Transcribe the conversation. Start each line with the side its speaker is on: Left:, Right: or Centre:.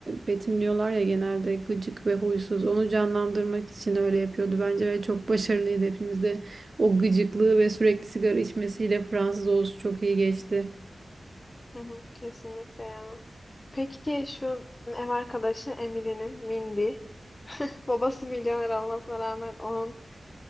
Right: betimliyorlar ya genelde gıcık ve huysuz. Onu canlandırmak için öyle yapıyordu bence ve çok başarılıydı hepimizde. O gıcıklığı ve sürekli sigara içmesiyle Fransız olsun çok iyi geçti.
Left: Hı hı, Kesinlikle ya. Peki şu ev arkadaşı Emily'nin Mindy. <laughs> Babası milyoner olmasına rağmen onun